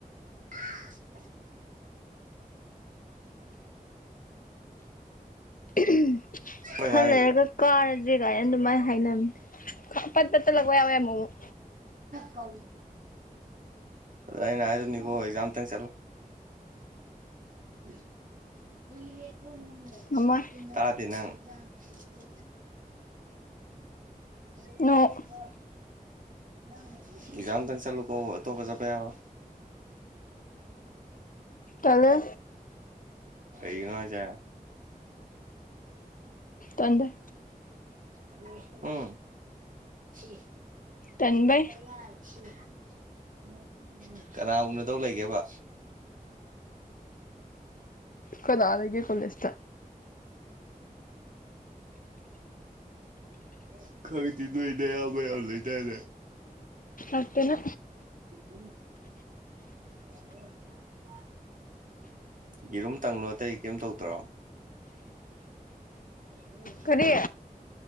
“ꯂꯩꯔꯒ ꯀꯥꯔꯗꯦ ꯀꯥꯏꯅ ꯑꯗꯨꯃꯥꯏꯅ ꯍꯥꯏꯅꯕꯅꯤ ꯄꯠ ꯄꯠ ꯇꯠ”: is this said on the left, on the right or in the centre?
Left